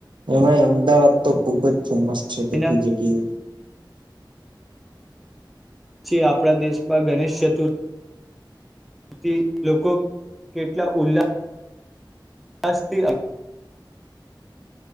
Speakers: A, on the right; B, in the centre.
A: એમાં અમદાવાદ તો ખુબ જ ફેમસ છે. કેતળી
B: એના
A: જગ્યા
B: પછી આપણા દેશમાં ગણેશ ચતુર્થી થી લોકો કેટલા ઉલ્લાસ <unintelligible>